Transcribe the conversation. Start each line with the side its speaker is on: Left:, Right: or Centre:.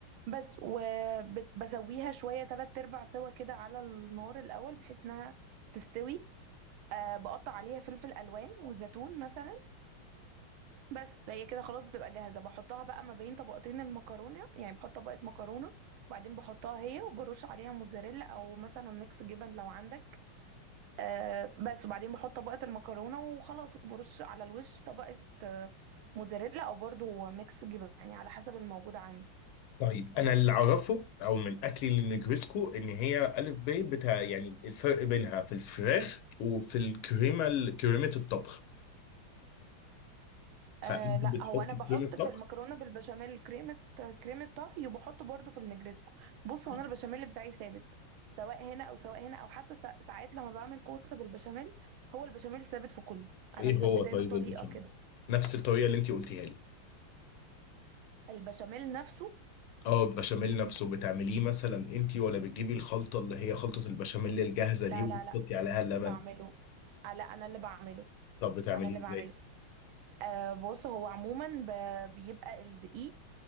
Right: بس وبسويها شوية تلات ارباع سوا كده على النار الاول بحيث انها تستوي آه بقطع عليها فلفل الوان وزيتون مثلا بس هي كده خلاص بتبقى جاهزة بحطها بقى ما بين طبقتين المكرونة يعني بحط طبقة مكرونة وبعدين بحطها هي وبرش عليها موتزاريلا او مثلا ميكس جبن لو عندك آه بس وبعدين بحط طبقة المكرونة وخلاص وبرش على الوش طبقة آه موتزاريلا او برضو ميكس جبن يعني على حسب الموجود عندي
Left: طيب انا اللي اعرفه او من اكلي للنجريسكو ان هي الف ب بتاع يعني الفرق بينها في الفراخ وفي الكريمه ال- كريمه الطبخ فانت
Right: آه لا
Left: بتحطي
Right: هو انا بحط
Left: كريمه طبخ
Right: في المكرونه بالبشاميل كريمه كريمه طهي وبحط برضو في النجريسكو بص هو
Left: نعم.
Right: انا البشاميل بتاعي ثابت سواء هنا او سواء هنا او حتى سا- ساعات لما بعمل كوسه بالبشاميل هو البشاميل ثابت في كله انا
Left: ايه
Right: مثبته
Left: هو طيب
Right: له طريقه
Left: البشاميل
Right: كده
Left: نفس الطريقه اللي انت قلتيها لي
Right: البشاميل نفسه
Left: اه البشاميل نفسه بتعمليه مثلا انت ولا بتجيبي الخلطه اللي هي خلطه البشاميل الجاهزه
Right: لا
Left: دي وبتحطي
Right: لا لا
Left: عليها اللبن
Right: بعمله آه لا انا اللي بعمله
Left: طب بتعمليه
Right: انا اللي بعمله
Left: ازاي
Right: آه بص هو عموما ب- بيبقى الدقيق